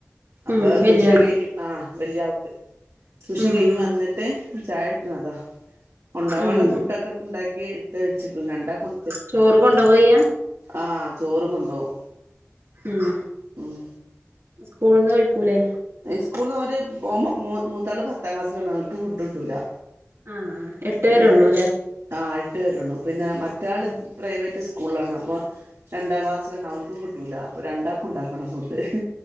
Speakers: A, on the right; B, on the right.
A: അപ്പൊ
B: ഉം വല്യോൻ
A: ട്യൂഷൻ കഴിഞ്ഞ്ഞു ആ വല്യ ആൾക്ക് ട്യൂഷൻ
B: ഉം
A: കഴിഞ്
B: ഉം
A: വന്നിട്ട് ചാഴിക്കണതോ കൊണ്ട വള്ള
B: ഉം
A: ഫുഡ് ഒക്കെ ഉണ്ടാക്കി ഇട്ട് വെച്ച <unintelligible>
B: ചോറ് കൊണ്ടുകയ്യ
A: ആ ചോറ് കൊണ്ടോവും
B: മ്
A: ഉം
B: സ്കൂളന്ന് കഴിക്കൂലേ
A: സ്കൂളിൽന്ന് ഓല് <unintelligible> മൂത്താള പത്താം ക്ലാസിലാണ് അവർക്ക് ഫുഡ് കിട്ടൂല
B: ആഹ് എട്ട് വരെ
A: മ്
B: ഉള്ളൂല്ലേ
A: ആഹ് എട്ട് വരള്ളൂ പിന്നെ മറ്റ
B: ഉം
A: പ്രൈവ സ്കൂളിലാണ് അപ്പോൾ രണ്ടാം ക്ലാസ്സിലാണ് അവനക്കും കിട്ടൂില്ല അപ്പോൾ രണ്ടാ ഉണ്ടാക്കണം ഫുഡ്